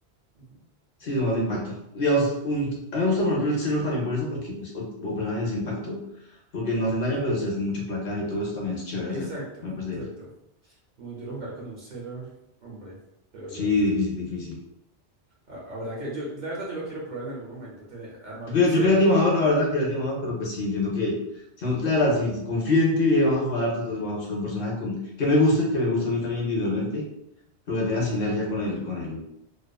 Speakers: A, on the right (about 50°); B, on the left (about 60°).
A: ujú,
B: sí, son más de impacto. Digamos,
A: sí.
B: un, a mí me gusta, por ejemplo, el Sailor también por eso, porque, pues, o, o personajes de impacto, porque no hacen daño, pero si hacen mucho placaje y todo eso, también es chévere
A: Exacto,
B: hacerlo, me parece.
A: exacto. Muy duro jugar con un Sailor, hombre, creo
B: Sí,
A: yo.
B: difícil, difícil.
A: A- Ahora que yo, la verdad, yo lo quiero probar en algún momento, tener- armarme
B: Yo quería,
A: un Sailor.
B: yo quería el timador, la verdad, quería el timador, pero pues sí, entiendo que, seamos- la verdad, si confío en ti y dije, vamos a jugar harto, entonces vamos a buscar un personaje con, que me guste, que me guste a mí también individualmente, pero
A: Ajá.
B: que tenga sinergia con el, con el,